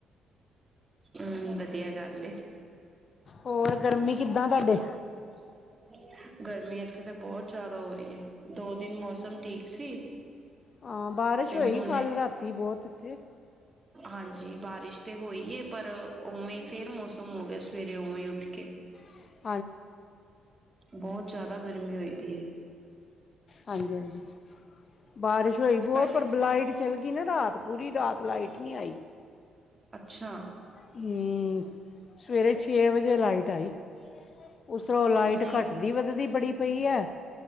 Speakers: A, on the right; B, on the left.
A: ਹਮ ਵਧੀਆ ਗੱਲ
B: ਹੋਰ ਗਰਮੀ ਕਿੱਦਾਂ ਤੁਹਾਡੇ
A: ਠ <unintelligible> ਗਰਮੀ ਇੱਥੇ ਤਾਂ ਬੋਤ ਜਿਆਦਾ ਹੋ ਰਹੀ ਹੈ ਦੋ ਦਿਨ ਮੌਸਮ ਠੀਕ ਸੀ
B: ਹਾਂ ਬਾਰਿਸ਼
A: ਤੇ
B: ਹੋਈ
A: ਹੁਣ
B: ਕੱਲ੍ਹ ਰਾਤੀ ਬੋਤ ਇੱਥੇ
A: ਹਾਂਜੀ ਬਾਰਿਸ਼ ਤੇ ਹੋਈ ਪਰ ਉਵੇਂ ਫੇਰ ਮੌਸਮ ਹੋ ਗਿਆ ਸਵੇਰੇ ਉਵੇਂ ਹੀ ਉੱਠ ਕੇ
B: ਹ <unintelligible>
A: ਬੋਤ ਜ਼ਿਆਦਾ ਗਰਮੀ ਹੋ ਈ ਦੀਏ
B: ਹਾਂਜੀ ਹਾਂਜੀ ਬਾਰਿਸ਼ ਹੋਈ ਬੋਤ
A: ਪਹਿਲੇ
B: ਪਰ
A: ਤੇ
B: ਬਲਾਈਟ ਚਲਗੀ ਨਾ ਰਾਤ ਪੂਰੀ ਰਾਤ ਲਾਈਟ ਨਹੀਂ ਆਈ
A: ਅੱਛਾ
B: ਹਮ ਸਵੇਰੇ ਛੇ ਵਜੇ ਲਾਈਟ ਆਈ ਉਸਰੋਂ ਲਾਈਟ
A: ਨਹੀਂ
B: ਘੱਟਦੀ ਵੱਧਦੀ ਬੜੀ ਪਈ ਹੈ